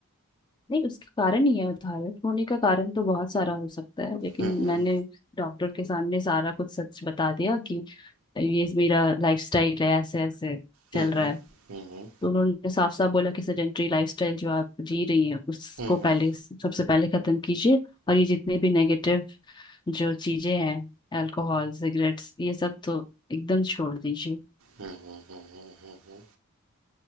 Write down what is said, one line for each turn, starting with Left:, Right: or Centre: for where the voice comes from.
Left: नहीं उसके कारण ही है थायराइड होने का कारण तो बहुत सारा हो सकता है लेकिन
Right: हम्म हम्म
Left: मैंने डॉक्टर के सामने सारा कुछ सच बता दिया कि ये मेरा लाइफस्टाइल है ऐसे ऐसे चल
Right: हम्म
Left: रहा है
Right: हम्म
Left: तो उन्होंने साफ साफ बोला कि सेडेंटरी लाइफस्टाइल जो आप जी रही हैं उसको
Right: हम्म
Left: पहले सबसे पहले खत्म कीजिए और ये जितने भी नेगेटिव जो चीजें हैं अल्कोहल सिगरेट्स ये सब तो एकदम छोड़ दीजिए
Right: हम्म